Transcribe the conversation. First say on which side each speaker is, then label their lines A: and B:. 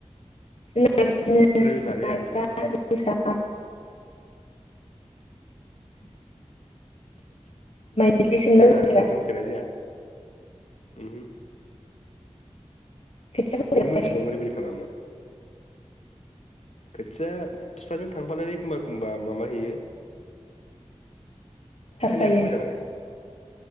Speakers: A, on the left; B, on the left.
A: जोंना बिदिनो
B: रोङालै
A: माइब्रा
B: आं
A: जोसा माइज्लि सोमनो
B: रोङा
A: रोंफेरा
B: ओहो रोंफेरनाय जाया उमहु
A: खोथिया फोनानै
B: नों मिथिगौ बोरै बोरै खालामो? खोथिया फिफाजों थांफानानै एखमबा एखमबा माबा हैयो।
A: सारफायो
B: खोनायाखै मोजाङै।